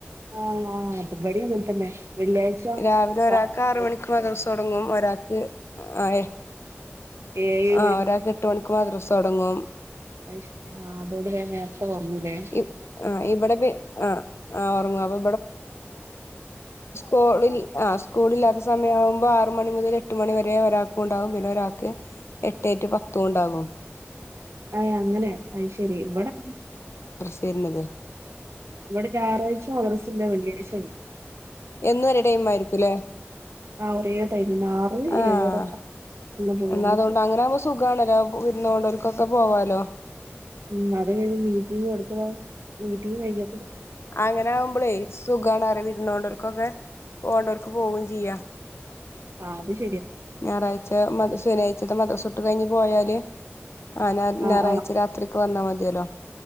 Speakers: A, on the right; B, on the left.
A: ആഹ് ആഹ് അതിബടയും അങ്ങനെ തന്നെ വെള്ളിയാഴ്ച
B: രാവിലെ ഒരാൾക്ക്
A: ക്ലാസ്ണ്ടാവും
B: ആറ് മണിക്ക് മാ ദിവസം തുടങ്ങും ഒരാക്ക് ആ
A: ഏഴ്
B: ആഹ് ഒരാൾക്ക് എട്ട് മണിക്ക് മദ്ര തുടങ്ങും
A: അ ആ അതുകൊണ്ട് വേഗം നേരത്തെ ഉറങ്ങുലെ
B: ഇ ആ ഇവിടെ പി ആ ആ ഒറങ്ങും അപ്പൊ കളിൽ സ്കൂള് ഇല്ലാത്ത സമയം ആവുമ്പോ ആറ മണി മുതൽ എട്ട് മണി വരെ ഒരാൾക്കും ഉണ്ടാകും പിന്നെ ഒരാൾക്ക് എട്ടേ റ്റു പത്തും ഉണ്ടാകും
A: അ അങ്ങനെ അയ് ശരി ഇവിടെ
B: വര്ണത്
A: ഇവിടെ ഞായറാഴ്ചോ മദ്രസല്ല വെള്ളിയഴ്ചാണ്
B: എന്നും ഒരേ ടൈം ആയിരിക്കുംല്ലേ
A: ആ ഒരേ ടൈമന്നെ ആറ്
B: ആഹ്
A: ഏഴര പോയോണ്ട്ക്കും
B: എന്ന അതുകൊണ്ട് അങ്ങനെവുമ്പോ സുഖണല്ലോ വിരുന്നൊണ്ടോ ക്കൊക്കെ പോവാലോ
A: ഉം അത് കഴിഞ്ഞ് മീറ്റിങ് നടുത്ത മീറ്റിങ്ങ് കഴിഞ്ഞ
B: അങ്ങനെ ആകുമ്പോളേ സുഖാണ് അറി വിരുന്നോണ്ടവർക്കൊക്കെ പോകണ്ടവർക്ക് പോവയും ചെയ്യാ
A: ആ അത് ശ
B: ഞായറാഴ്ച മ ശനിയാഴ്ച മദ്രസ ട്ട് കഴിഞ്ഞ് പോയാല് ആ ഞ
A: ആഹ്
B: ഞായറാഴ്ച
A: ആഹ്
B: രാത്രി വന്നാ മതിയല്ലോ